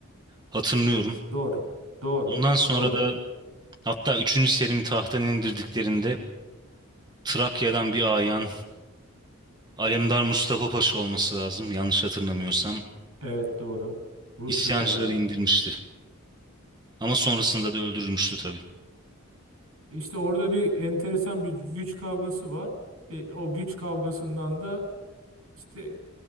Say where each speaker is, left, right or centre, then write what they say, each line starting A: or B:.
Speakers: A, on the right; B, on the right.
A: hatırlıyorum.
B: Doğru. Doğru.
A: Ondan sonra
B: Doğru.
A: da hatta üçüncü Selim'i tahttan indirdiklerinde Trakya'dan bir ayan, Alemdar Mustafa Paşa olması lazım yanlış hatırlamıyorsam,
B: Evet doğru. Rusçuk
A: isyancıları
B: ayağını.
A: indirmişti. Ama sonrasında da öldürülmüştü tabii.
B: İşte orada bir enteresan bir güç kavgası var. E, o güç kavgasından da işte